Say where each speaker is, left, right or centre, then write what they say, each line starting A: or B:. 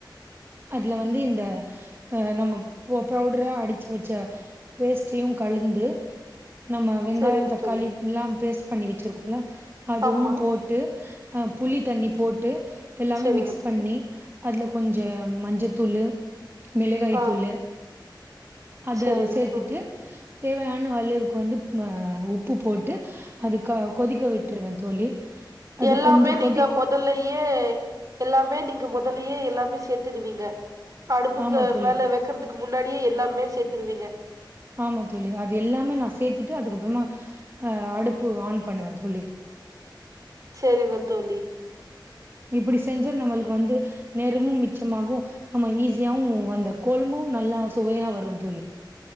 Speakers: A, on the right; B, on the right.
A: அதுல வந்து இந்த அஹ் நம்மம் பொ பௌடுரடா அடிச்சு வச்ச பேஸ்ட்டையும் கழுந்து நம்ம வெங்காயம்
B: செரிங்க
A: தக்காளி
B: தோழி
A: மில்லாம் பேஸ் பண்ணி வெச்சிருக்கோல்ல அதுவு
B: ஆமா
A: போட் அஹ் புளி தண்ணி போட் டு எல்லாமே
B: செரிங்க
A: மிக்ஸ்
B: தோழி
A: பண்ணி அத்ல கொஞ்ச மஞ்சதூளு மிளகாய்த்தூள்ளு
B: ஆ
A: அத
B: செரிங்க
A: சேத்துட்டு
B: தோழி
A: தேவயான அழுவ்க்கு வந்து ம உப்பு போட்டு அதுக்க கொதிக்க விட்றுவ தோழி அது
B: எல்லாமே
A: கொஞ்சம்
B: நீங்க
A: கொதி
B: மொதல்லயே எல்லாமே நீங்க மொத் முதல்லயே எல்லாமே சேத்துருவீங்க அடுப்புக்கு
A: ஆமாம் தோழி
B: மேல வெக்கறதுக்கு முன்னாடியே எல்லாமே சேத்துருவிங்க
A: ஆமாம் தோழி அது எல்லாமே நான் சேர்த்துட்டு அதுக்கப்புறமா அ அடுப்பு ஆன் பண்ணுவ தோழி
B: செரிங்க தோழி
A: இப்பிடி செஞ்ச நம்மளுக்கு வந்து நேரமும் மிச்சமாகு நம்ம ஈஸியாவும் வந்த கொழம்பும் நல்லா சுவையா வரும் தோழி